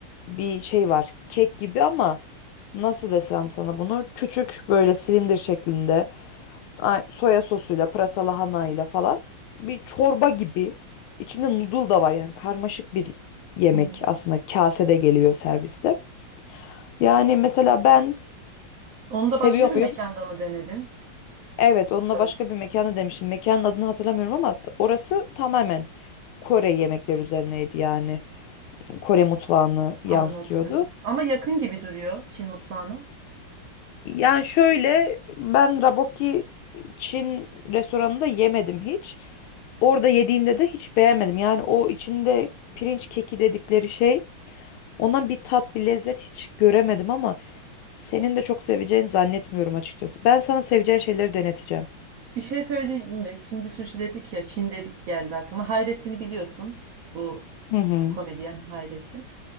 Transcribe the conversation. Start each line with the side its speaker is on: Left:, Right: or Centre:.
Left: bir şey var. Kek gibi ama nasıl desem sana bunu? Küçük böyle silindir şeklinde. Ay, soya sosuyla, pırasalı lahanayla falan bir çorba gibi. İçinde noodle da var yani karmaşık bir yemek
Right: Hmm.
Left: aslında kasede geliyor serviste. Yani mesela ben
Right: Onu da
Left: seviyor
Right: başka bir
Left: muyum?
Right: mekanda mı denedin?
Left: Evet, onunla
Right: Evet.
Left: başka bir mekana demişim. Mekanın adını hatırlamıyorum ama t- orası tamamen Kore yemekleri üzerineydi yani. Kore mutfağını yansıtıyordu.
Right: Anladım evet. Ama yakın gibi duruyor Çin mutfağına.
Left: Yani şöyle ben raboki Çin restoranında yemedim hiç. Orada yediğimde de hiç beğenmedim. Yani o içinde pirinç keki dedikleri şey ondan bir tat bir lezzet hiç göremedim ama senin de çok seveceğini zannetmiyorum açıkçası. Ben sana seveceğin şeyleri deneteceğim.
Right: Bir şey söyleyeyim mi? Şimdi sushi dedik ya, Çin dedik geldi aklıma. Hayrettin'i biliyorsun. Bu
Left: Hı hı.
Right: işte komedyen Hayrettin.